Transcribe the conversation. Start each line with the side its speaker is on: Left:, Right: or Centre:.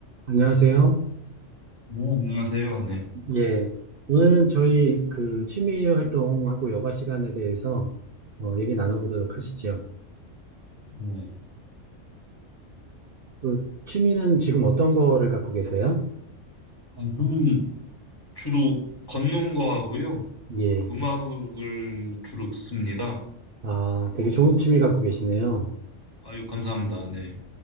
Right: 안녕하세요.
Left: 네, 안녕하세요. 네.
Right: 예. 오늘은 저희 그 취미 활동하고 여가 시간에 대해서 어, 얘기 나눠보도록 하시죠.
Left: 네.
Right: 그 취미는 지금 어떤 거를 갖고 계세요?
Left: 아, 저는 주로 걷는 거 하고요.
Right: 예.
Left: 음악을 주로 듣습니다.
Right: 아,
Left: 어,
Right: 되게 좋은 취미 갖고 계시네요.
Left: 아유, 감사합니다. 네.